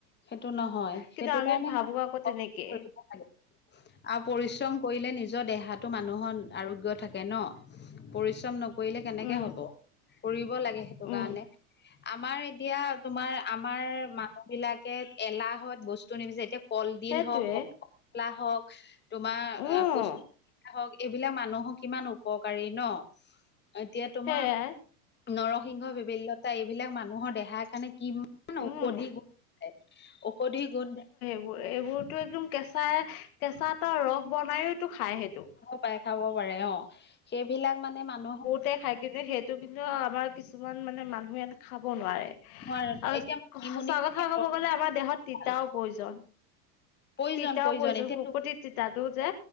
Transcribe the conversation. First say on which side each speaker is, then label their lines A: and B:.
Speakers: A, on the left; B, on the left.
A: সেইটো নহয়,
B: কিন্তু
A: সেইটো
B: আমি
A: কাৰণে
B: ভাবো
A: মানুহে
B: আকৌ
A: কষ্ট
B: তেনেকে
A: কৰিব লাগে। আৰু পৰিশ্ৰম কৰিলে নিজৰ দেহাতো মানুহৰ আৰোগ্য থাকে ন'। পৰিশ্ৰম নকৰিলে কেনেকে
B: উম
A: হ'ব, কৰিব লাগে সেইটো
B: উম
A: কাৰণে। আমাৰ এতিয়া তোমাৰ আমাৰ মানুহ বিলাকে এলাহত বস্তু নিবিচাৰে এতিয়া কলডিল
B: সেইটোৱে
A: হওক, কল পচলা হওক, তোমাৰ
B: উম
A: ক হওক, এইবিলাক মানুহৰ কিমান উপকাৰী ন' এতিয়া তোমাৰ
B: সেয়াই
A: নৰসিংহ, ভেবেলি লতা এইবিলাক মানুহৰ দেহাৰ কাৰণে কিমান ঔষধি
B: উম
A: গুণ, ঔষধি গুণ
B: এইবোৰতো একদম কেঁচাই, কেঁচা এটা ৰস বনাইওতো খাই সেইটো।
A: পাই খাব পাৰে অঁ, সেইবিলাক মানে মানুহ
B: তে থাকে যে সেইটো কিন্তু আমাৰ কিছুমান মানে মানুহে খাব নোৱাৰে।
A: নোৱাৰে ন,
B: আৰু
A: এতিয়া মানিমুনি
B: সঁচা কথা
A: পেটৰ
B: ক'ব গলে আমাৰ দেহত তিতাও
A: ভাল
B: প্ৰয়োজন
A: প্ৰয়োজন
B: তিতাও প্ৰয়োজন
A: এতিয়াতো
B: শুকতি তিতাতো যে